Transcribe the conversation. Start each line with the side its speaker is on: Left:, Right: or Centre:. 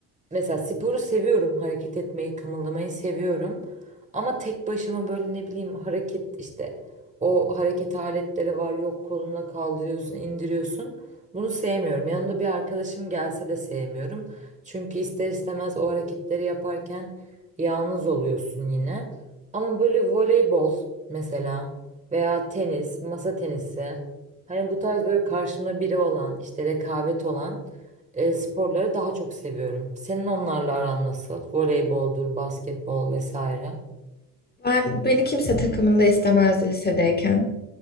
Right: mesela sporu seviyorum. Hareket etmeyi, kımıldamayı seviyorum. Ama tek başıma böyle ne bileyim hareket işte o hareket aletleri var. Yok kolunla kaldırıyorsun, indiriyorsun. Bunu sevmiyorum. Yanımda bir arkadaşım gelse de sevmiyorum. Çünkü ister istemez o hareketleri yaparken yalnız oluyorsun yine. Ama böyle voleybol mesela veya tenis, masa tenisi. Hani bu tarz böyle karşımda biri olan, işte rekabet olan e, sporları daha çok seviyorum. Senin onlarla aran nasıl? Voleyboldur, basketbol vesaire.
Left: Ben beni kimse takımında istemezdi lisedeyken.